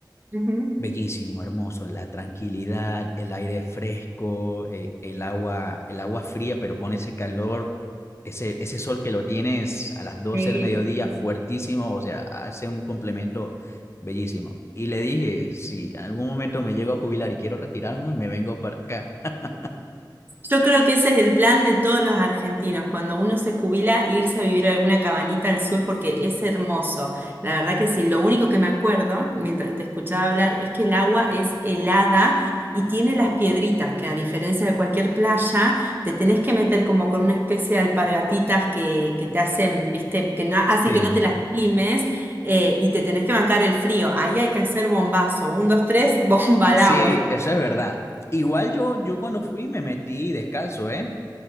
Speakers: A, on the right; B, on the left.
A: ujú.
B: Bellísimo, hermoso, la tranquilidad, el aire fresco, eh, el agua, el agua fría, pero con ese calor, ese, ese sol que lo tienes a las doce
A: Sí,
B: del mediodía, fuertísimo, o sea, hace un complemento bellísimo. Y le dije, si en algún momento me llego a jubilar y quiero retirarme, me vengo para acá. <laughs>
A: Yo creo que ese es el plan de todos los argentinos, cuando uno se jubila, irse a vivir a alguna cabanita al sur porque es hermoso. La verdad que sí, lo único que me acuerdo mientras te escuchaba hablar es que el agua es helada y tiene las piedritas, que a diferencia de cualquier playa, te tenés que meter como con una especie de alpargatitas que, que te hacen, viste, que no, hacen
B: Sí,
A: que no te lastimes eh, y te tenés que bancar el frío. Ahí hay que hacer bombazo, un, dos, tres, <laughs> bomba
B: y
A: al
B: sí,
A: agua.
B: eso es verdad. Igual yo, yo cuando fui me metí descalzo, ¿eh?